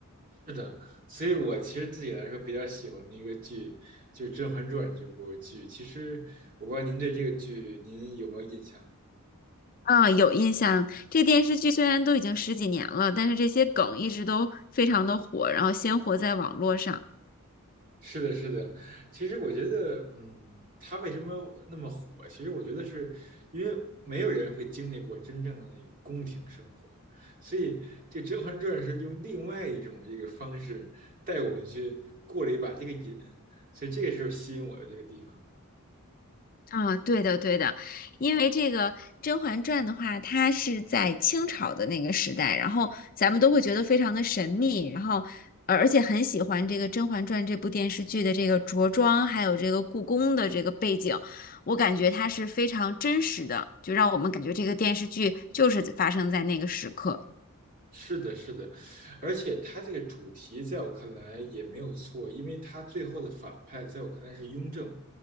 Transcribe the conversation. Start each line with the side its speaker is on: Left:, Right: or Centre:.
Right: <laughs> 是的，所以我其实自己来说比较喜欢的一个剧就是《甄嬛传》这部剧。其实我不知道您对这个剧您有没有印象？
Left: 啊，有印象。这电视剧虽然都已经十几年了，但是这些梗一直都非常的火，然后鲜活在网络上。
Right: 是的，是的。其实我觉得，嗯，他为什么那么火？其实我觉得是因为没有人会经历过真正的那个宫廷生活，所以这《甄嬛传》是用另外一种这个方式带我们去过了一把这个瘾，所以这个是吸引我的这个地方。
Left: 啊，对的，对的，因为这个《甄嬛传》的话，它是在清朝的那个时代，然后咱们都会觉得非常的神秘，然后呃而且很喜欢这个《甄嬛传》这部电视剧的这个着装，还有这个故宫的这个背景，我感觉它是非常真实的，就让我们感觉这个电视剧就是发生在那个时刻。
Right: 是的，是的，而且他这个主题在我看来也没有错，因为他最后的反派在我看来是雍正，